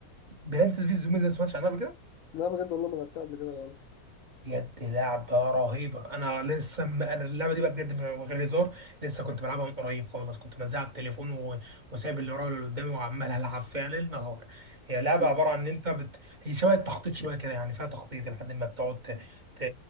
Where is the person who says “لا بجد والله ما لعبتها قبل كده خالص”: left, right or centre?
Left